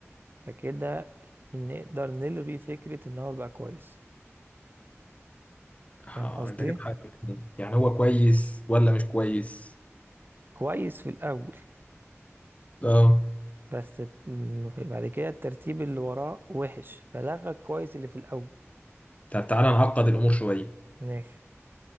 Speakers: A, on the right; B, on the left.
A: فكده نقدر نلغي فكرة ان هو بقى كويس
B: اه
A: فاهم قصدي
B: انت كده حاجتين يعني هو كويس ولا مش كويس
A: كويس في الاول
B: اه
A: بس الت- بعد كده الترتيب اللي وراه وحش فلغى الكويس اللي في الاول
B: طب تعالى نعقد الامور شويه
A: ماشي